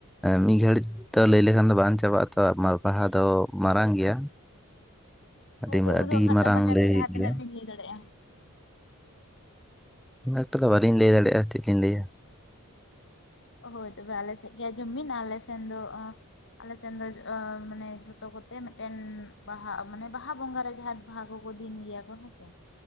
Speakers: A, in the centre; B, on the left.
A: ᱢᱤᱫ ᱜᱷᱟᱹᱲᱤᱡ ᱫᱚ ᱞᱟᱹᱭ ᱞᱮᱠᱷᱟᱱ ᱫᱚ ᱵᱟᱝ ᱪᱟᱵᱟᱜᱼᱟ ᱛᱚ ᱵᱟᱦᱟ ᱫᱚ ᱢᱟᱨᱟᱝ ᱜᱮᱭᱟ
B: ᱦᱳᱭ
A: ᱟᱹᱰᱤ
B: ᱛᱚᱵᱩ
A: ᱟᱹᱰᱤ
B: ᱨᱮᱦᱚ ᱠᱷᱟᱴᱚ
A: ᱢᱟᱨᱟᱝ
B: ᱢᱟᱪᱷᱟᱛᱮ
A: ᱞᱟᱹᱭ
B: ᱡᱟᱦᱟᱸ
A: ᱦᱩᱭᱩᱜ
B: ᱛᱤᱱᱟᱹᱜ
A: ᱜᱮᱭᱟ
B: ᱵᱤᱱ ᱞᱟᱹᱭ ᱫᱟᱲᱮᱭᱟᱜᱼᱟ
A: ᱩᱱᱟᱹᱜ ᱮᱠᱴᱟ ᱫᱚ ᱵᱟᱞᱤᱧ ᱞᱟᱹᱭ ᱫᱟᱲᱮᱭᱟᱜᱼᱟ ᱪᱮᱫ ᱞᱤᱧ ᱞᱟᱹᱭᱟ
B: ᱦᱳᱭ ᱛᱚᱵᱮ ᱟᱞᱮᱥᱮᱫ ᱜᱮ ᱟᱡᱚᱢ ᱵᱤᱱ ᱟᱞᱮ ᱥᱮᱱ ᱫᱚ ᱟᱞᱮᱥᱮᱱ ᱫᱚ ᱢᱟᱱᱮ ᱡᱷᱚᱛᱚ ᱠᱚᱛᱮ ᱢᱤᱫᱴᱮᱱ ᱵᱟᱦᱟ ᱢᱟᱱᱮ ᱵᱟᱦᱟ ᱵᱚᱸᱜᱟ ᱨᱮ ᱡᱟᱦᱟᱸ ᱵᱟᱦᱟ ᱠᱚ ᱠᱚ ᱫᱤᱱ ᱜᱮᱭᱟ ᱠᱚ ᱦᱮᱸ ᱥᱮ